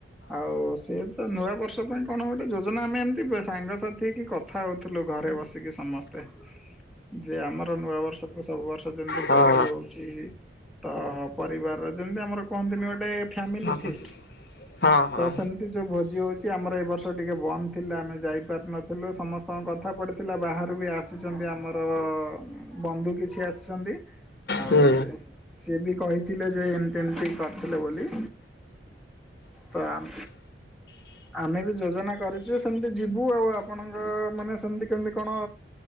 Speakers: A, in the centre; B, on the left.
A: ଆଉ ସିଏ ତ ନୂଆ ବର୍ଷ ପାଇଁ କଣ ଗୋଟେ ଯୋଜନା ଆମେ ଏମତି ବ-ସାଙ୍ଗସାଥି ହେଇକି କ ଥା ହଉଥୁଲୁ ଘରେ ବସିକି ସମସ୍ତେ ଯେ ଆମର ନୂଆ ବର୍ଷକୁ ସବୁ ବର୍ଷ ଯେମ ଭୋଜି
B: ହଁ
A: ହଉଛି ତ ପରିବାରର ଯେମିତି ଆମର କୁହନ୍ତିନି ଗୋଟେ ଫାମିଲି
B: ହଁ
A: ଫିଷ୍ଟ
B: ହଁ ହଁ।
A: ତ ସେମିତି ଯୋଉ ଭୋଜି <unintelligible> ଚି, ଆମର ଏ ବର୍ଷ ଟିକେ ବନ୍ଦ ଥିଲା ଆମେ ଯାଇପାରି ନଥିଲୁ ସମସ୍ କଣ କଥା ପଢ଼ିଥିଲା ବାହାରୁ ବି ଆସିଛନ୍ତି ଆମର ବନ୍ଧୁ କିଛି ଆସିଛନ୍ତି। ଆଉ
B: ହୁଁ
A: ସେ ସିଏ ବି କହିଥିଲେ ଯେ ଏମିତି ଏମିତି କରିଥିଲେ ବୋଲି। ତ ଆମ୍ ଆମେ ବି ଯୋଜନା କରିଛୁ ସେମତି ଯିବୁ ଆଉ ଆପଣଙ୍କ ମାନେ ସେମତି କେମତି କଣ